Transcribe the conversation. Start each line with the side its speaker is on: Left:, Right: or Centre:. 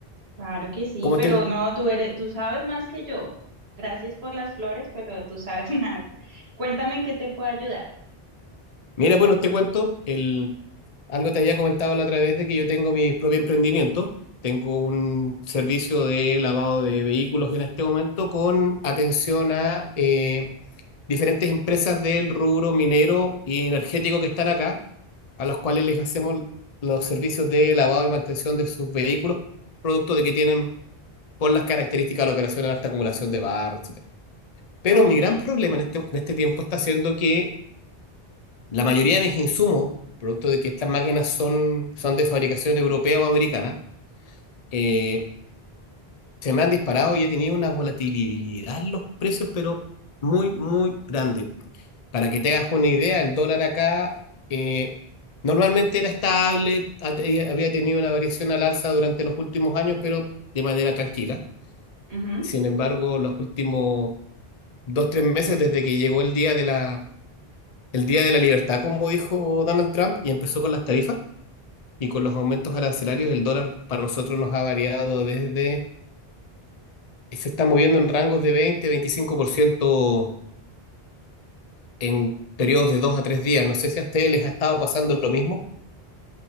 Right: claro que sí,
Left: ¿cómo
Right: pero
Left: te...
Right: no, tú eres, tú sabes más que yo. Gracias por las flores, pero tú sabes <laughs> más. Cuéntame en qué te puedo ayudar.
Left: Mira, bueno, te cuento, el, Algo te había comentado la otra vez de que yo tengo mi propio emprendimiento. Tengo un servicio de lavado de vehículos en este momento con atención a eh, diferentes empresas del rubro minero y energético que están acá, a las cuales les hacemos los servicios de lavado y mantención de sus vehículos, producto de que tienen por las características de la operación de alta acumulación de barro, etcétera. Pero
Right: Ok.
Left: mi gran problema en este, en este tiempo está siendo que la mayoría de mis insumos, producto de que estas máquinas son, son de fabricación europea o americana, eh, se me han disparado y he tenido una volatilidad en los precios, pero muy, muy grande. Para que te hagas una idea, el dólar acá eh, normalmente era estable, ha- eh, había tenido una variación al alza durante los últimos años, pero de manera tranquila.
Right: Ujú.
Left: Sin embargo, los últimos dos, tres meses desde que llegó el día de la, el día de la libertad, como dijo Donald Trump, y empezó con las tarifas y con los aumentos arancelarios el dólar para nosotros nos ha variado desde, se está moviendo en rangos de 20, 25% en periodos de dos a tres días. No sé si a ustedes les ha estado pasando lo mismo.